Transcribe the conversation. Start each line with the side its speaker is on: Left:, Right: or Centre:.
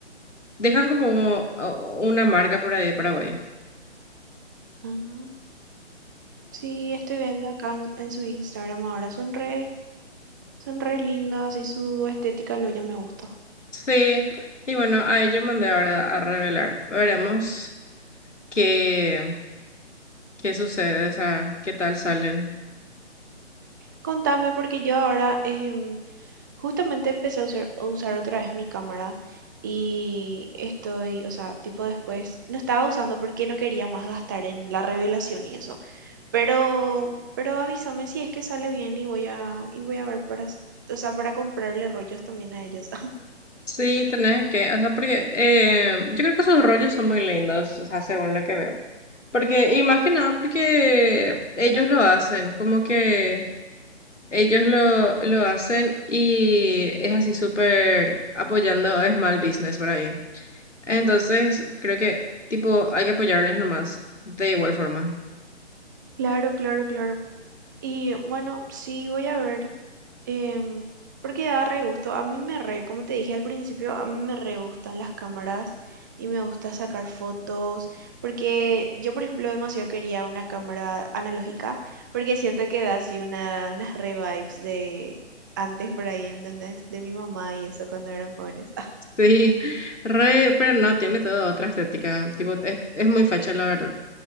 Left: dejan como o- una marca por ahí de Paraguay.
Right: Ah, sí, estoy viendo acá en en su Instagram ahora, son re Son re lindos, así su estética lo ya me gusta.
Left: Sí, y bueno, ahí yo mandé ahora a revelar. Veremos qué, qué sucede, o sea, qué tal salen.
Right: Contame, porque yo ahora em, justamente empecé a usar, a usar otra vez mi cámara y estoy, o sea, tipo después, no estaba usando porque no quería más gastar en la revelación y eso. Pero, pero avísame si es que sale bien y voy a, y voy a ver para, s- o sea, para comprarle rollos también a ellos. <laughs>
Left: Sí, tenés que, o sea, porque eh, yo creo que esos rollos son muy lindos, o sea, según lo que veo. Porque, y más que nada porque ellos lo hacen, como que ellos lo, lo hacen y es así súper apoyando small business por ahí. Entonces, creo que, tipo, hay que apoyarles nomás, de igual forma.
Right: Claro, claro, claro. Y bueno, sí, voy a ver. em, porque da re gusto. A mí me re, como te dije al principio, a mí me re gustan las cámaras y me gusta sacar fotos. Porque yo, por ejemplo, demasiado quería una cámara analógica, porque siento que da así una, unas re vibes de antes por ahí, ¿entendés? De mi mamá y eso cuando eran jóvenes. <laughs>
Left: Sí, re, pero no, tiene toda otra estética, tipo, es, es muy facha la verdad.